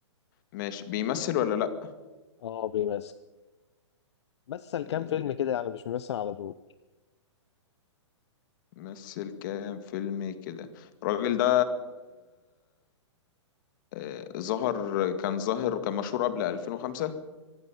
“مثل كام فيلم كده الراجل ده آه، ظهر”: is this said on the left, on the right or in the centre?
Left